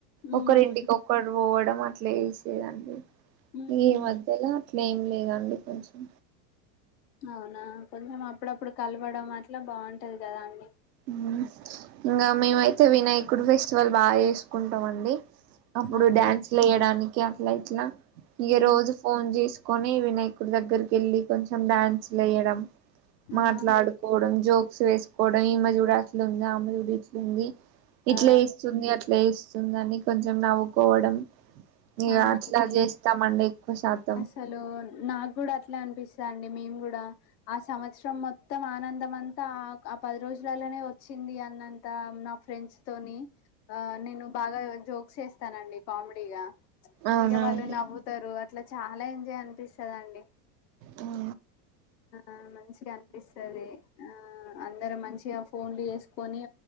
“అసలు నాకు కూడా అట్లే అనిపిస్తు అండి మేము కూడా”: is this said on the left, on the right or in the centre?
Left